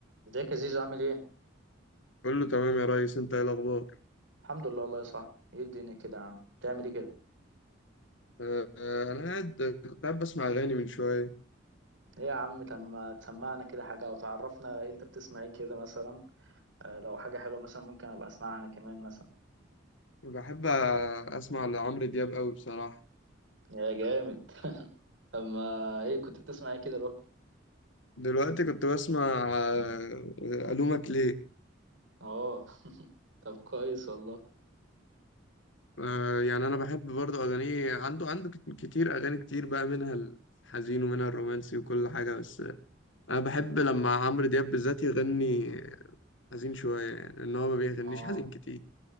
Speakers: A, on the right (about 80°); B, on the left (about 80°).
A: ازيك يا زيزو عامل ايه؟
B: كله تمام يا ريس انت ايه الاخبار
A: الحمد لله والله يا صاحبي ايه الدنيا كده يا عم بتعمل ايه كده؟
B: آه، آه، انا قاعد كنت قاعد بسمع اغاني من شويه
A: ايه يا عم تما تسمعنا كده حاجة او تعرفنا انت بتسمع ايه كده مثلا آه، لو حاجة حلوة مثلا ممكن ابقى اسمعها انا كمان مثلا
B: بحب اسمع لعمرو دياب قوي بصراحه
A: يا جامد اما ايه كنت بتسمع ايه كده لو
B: دلوقتي كنت بسمع آه، آه، الومك ليه
A: اه <laughs> طب كويس والله
B: آه، يعني انا بحب برضو اغانيه عنده عنده كت- كتير اغاني كتير بقى منها الحزين ومنها الرومانسي وكل حاجه بس انا بحب لما عمرو دياب بالذات يغني حزين شويه يعني ان هو ما بيغنيش
A: اه
B: حزين كتير